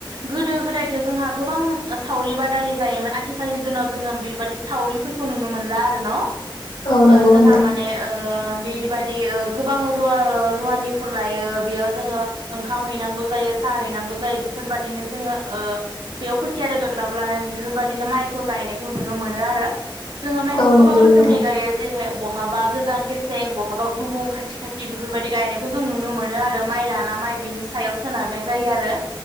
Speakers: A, on the right (about 85°); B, on the left (about 90°).
A: गोदो गोदायथ' जोंहा गोबां सावरि बादालि जायोमोन आ आथिखालनि दिनाव जोङो बेबादि सावरिफोरखौ नुनो मोनला आरो न?
B: औ
A: ओ
B: नंगौ
A: जोंहा
B: नोंथां
A: माने ओ बायदि बायदि गोबां रुवा रुवानिफोर लायो बेयाव जोङो ओंखाम हैनांगौ जायो, साहा हैनांगौ जायो, बेफोरबायदिनो जोङो ओ बेयाव खोथिया रोगाग्राबो लानानै बेफोरबायदिनो माइखौ गायनायखौ नुनो मोनो आरो, जोङो माइखौ
B: औ
A: गोबां
B: नंगौ
A: रोखोमनि
B: नोंथां
A: गायो जेरैहाय बहाबा गोजान गेसें बहाबा गुबुन खाथि खाथ बेफोरबायदि गायनायखौ जों नुनो मोनो आरो माइ लाना माइ बेनि सायाव सोनारनाय जायो आरो